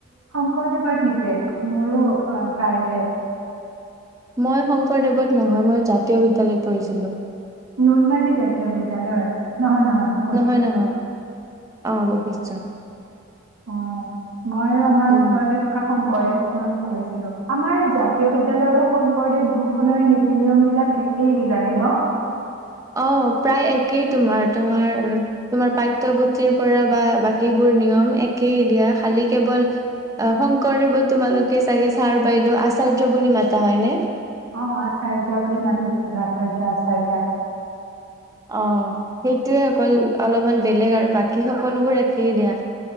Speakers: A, on the right; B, on the right.
A: শংকৰদেবত নেকি মোৰো প্ৰাইভেট
B: মই শংকৰদেৱত নহয় মই জাতীয় বিদ্যালয়ত পঢ়িছিলোঁ
A: নুন মাটি জাতীয় বিদ্যালয় নহয় নহয় বশিষ্ঠ
B: নহয়, নহয়। অ বহিছো।
A: অ মই আমাৰ
B: উম
A: ওচৰতে থকা শংকৰদেৱ। খত কৰিছিলো আমাৰ জাতীয় বিদ্য়ালয়ৰ শংকৰদেৱ দুূখনৰ নীতি নিয়ম বিলাক একেই কিজানে ন।
B: অ প্ৰায় একেই তোমাৰ তোমাৰ তোমাৰ পাঠ্যয়পুথিৰ পৰা বা বাকীবোৰ নিয়ম একেই দিয়া। খালি কেৱল শংকৰদেৱত তোমালোকে চাগে ছাৰ বাইদেউ আচাৰ্য বুলি মাতা হয়নে।
A: অ আচহজ বুলি বুলি মাটতিল আচহজ আচহজ।
B: অ সেইটোৱে অকল অলপমান বেলেগ আৰু বাকী সকলোবোৰ একেই দিয়া।